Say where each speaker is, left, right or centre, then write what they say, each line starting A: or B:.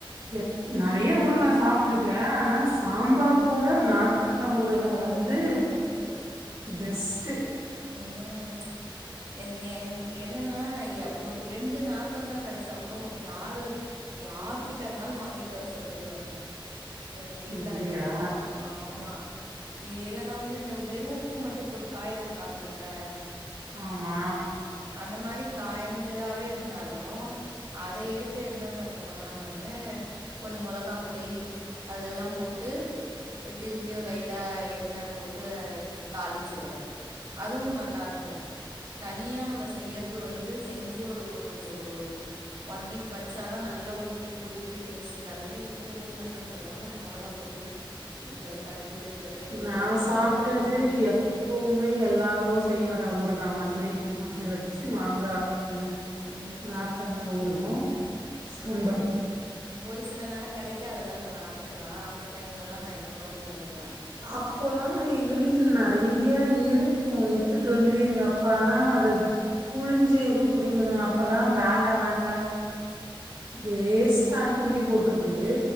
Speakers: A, on the right; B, on the right.
A: எத் நறைய ஊறுகா சாப்ட்ருக்கே ஆனா சாம்பார் கூட நாத் தங்கா
B: நார்த்தங்கா
A: ஊறுகா வந்து
B: ஊறுகால்லா வந்து
A: பெஸ்ட்டு
B: ம் என் நீ என் என்னன்னா ய ஒர் ரெண்டு நார் த்தங்கா கெடைச்சா கூடவு யாரு யார்கிட்ட இருந்தாலு வாங்கிட்டு வர சொல்லிடுவே எங்க வீட்ல
A: அப்டியா
B: அது இருக்கு ஆ மா இ இல்லன்னா வந்து இந்த வெறு உப்பு மட்டு போட்டு காய வெப்பாங்கல்ல
A: ஆமா
B: அந்த மாரி காஞ்சதாவே இருந்தாலு அத எடுத்து என்ன பண்ணுவனா நானு கொஞ்ச மொளகா பொடி அதெல்லா போட்டு திருப்பியு லைட்டா எண்ண போட்டு தாளிச்சிருவே அதுவு நல்லாருக்கு தனியா நம் ப செய்யற்து வந்து செஞ்சி ஒரு கொஞ்சோ ஒரு ஒன் வீக் வச்சா தா நல்லா உப்பு ஊறி ஊறி டேஸ்ட்டு இது ஆல்ரெடி உப்பு ஊர்னதுன்றதுனால் நம் மொளகாப் பொடி இந்த கடுகு வெந்தய பொடில்லா
A: நா
B: போடும்போது
A: சாப்ட்டது
B: அது நல்லாருக்கு
A: எப்பவுமே எல்லாரு செய்வற ஊறுகா மாதிரி அது வெச்சி மாங்கா அந்த
B: ம்
A: நார்த்தங்கா
B: ம்
A: ஊறுகா சாம்பாரு
B: ம் ஒரு சில நேரோ கெடைக்காதுல்ல அந்த நார்த்தங்கா அந்த டைம்லல்லா நா இந்த மாரி பண்ணிடுவே
A: அப்போலா எங்க வீட்ல நெறையா இருக்கு எடுத்துட்டு வந்து எங்க அப்பாலா அத புழிஞ்சி எதோ குடிக்கணு அப்பல்லா வேண்டா வேண்டா வேஸ்ட்டா
B: ம்
A: தூக்கி போட்ருக்கு